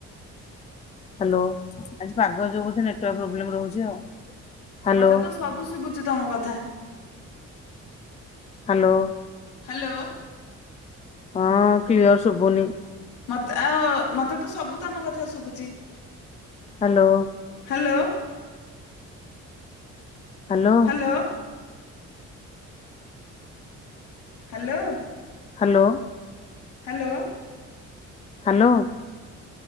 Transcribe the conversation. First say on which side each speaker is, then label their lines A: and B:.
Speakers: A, on the left; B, on the left.
A: ହ୍ୟାଲୋ ଆଜି ପାଗ ଯୋଗୁ ବୋଧେ ନେଟୱର୍କ ପ୍ରୋବେଲେମ୍ ରହୁଛି ଆଉ। ହ୍ୟାଲୋ
B: ମତେ ତ ସବୁ ଶୁଭୁଛୁ ତମ କଥା।
A: ହ୍ୟାଲୋ।
B: ହ୍ୟାଲୋ।
A: ହଁ କ୍ଲିୟର ଶୁବୁନି।
B: ମତେ ଆଉ ମତେ ତ ସବୁ ତମ କଥା ଶୁଭୁଚି।
A: ହ୍ୟାଲୋ।
B: ହ୍ୟାଲୋ।
A: ହ୍ୟାଲୋ।
B: ତ? ହ୍ୟାଲୋ।
A: ହ୍ୟାଲୋ।
B: ହ୍ୟାଲୋ।
A: ହ୍ୟାଲୋ।